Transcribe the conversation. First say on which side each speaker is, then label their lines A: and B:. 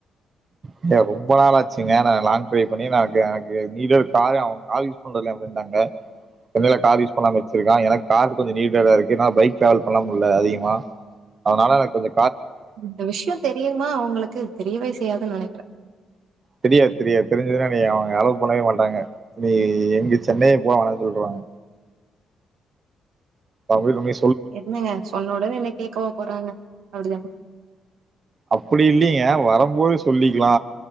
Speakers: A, on the right; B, on the right.
A: ஏங்க ரொம்ப நாாளாச்சுங்க நா லாங் டிரைவ் பண்ணி எனக்கு எனக்கு நீடடு காய அவுங்க கார் யூஸ் பண்றதில்ல அவுங்க இருந்தாங்க எடைல கார் யூஸ் பண்ணாம வச்சிருக்கா எனக்கு கார் கொஞ்ச நீடடா இருக்கு ஏனா பைக் ட்ராவல் பண்ண முடில அதிகமா அதனால எனக் கொஞ்ச
B: இந்த விஷயோ தெரியுமா அவுங்களுக்கு தெரியவே செய்யாதுன் நெனைக்கற
A: தெரியாது தெரியாது தெரிஞ்சுதுனா எனைய அவுங்க அலவ் பண்ணவே மாட் டாங்க நீ எங்க சென்னைய போ வேணா சொல்லிருவாங்க நா போய் உண்மை
B: என்னங்க சொன்ன ஒடனே என்ன கேக்கவா போறாங்க அப்டிதான
A: அப்பிடி இல்லிங்க வரம்போது சொல்லிக்லா